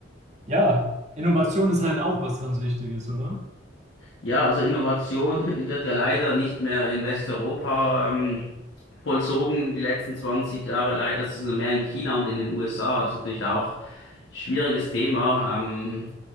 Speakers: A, on the right; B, on the left.
A: Ja, Innovation ist halt auch was ganz Wichtiges, oder?
B: Ja, also Innovation <laughs> wird ja leider nicht mehr in Westeuropa ähm, vollzogen, die letzten 20 Jahre leider. Das ist nur mehr in China und in den USA. Das ist natürlich auch ein schwieriges Thema. Ähm,